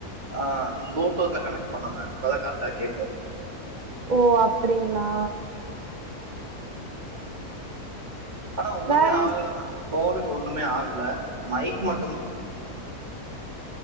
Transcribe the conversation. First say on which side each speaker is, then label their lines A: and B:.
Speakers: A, on the right; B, on the right.
A: ஆ ப்ளூடூத்ல கனெக்ட் பண்ணாம இப்ப தா கரெட்டா கேக்
B: ஓ அப்டிங்களா
A: ஆனா ஒன்னுமே
B: வேற
A: ஆகல மேம் ஃபோனுக்கு ஒன்னுமே ஆகல மைக் மட்டு